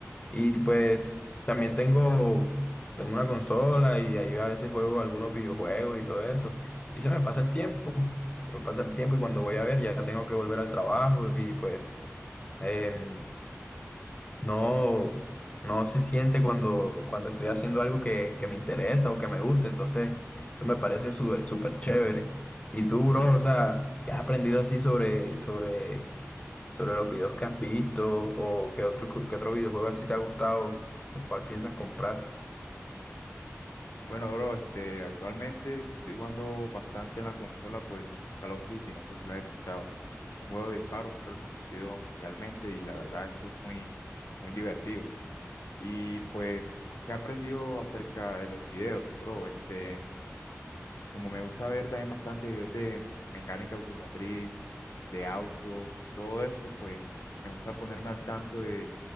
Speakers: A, on the left; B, on the left.
A: Y pues también tengo, tengo una consola y ahí a veces juego algunos videojuegos y todo eso. Y se me pasa el tiempo, se me pasa el tiempo y cuando voy a ver ya tengo que volver al trabajo y pues em, no, no se siente cuando, cuando estoy haciendo algo que, que me interesa o que me gusta. Entonces eso me parece súper súper chévere. ¿Y tú, bro? O sea, ¿qué has aprendido así sobre, sobre sobre los videos que has visto o qué otro, qué otro videojuego así te ha gustado, lo cual piensas comprar.
B: Bueno, bro, este, actualmente estoy jugando bastante en la consola, pues Call of Duty, no sé si lo has escuchado. Es un juego de disparos muy reconocido mundialmente y la verdad es que es muy, muy divertido. Y pues, ¿qué he aprendido acerca de los videos, bro? Este, como me gusta ver también bastante videos de me- mecánica automotriz, de autos y todo eso, pues me gusta ponerme al tanto de